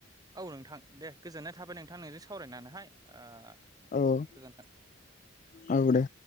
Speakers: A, on the right; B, on the left.
A: औ नोंथां दे गोजोननाय थाबाय नोंथां नोंजों सावरायनानैहाय ओ
B: औ
A: गोजोन्थों।
B: <inaudible> औदे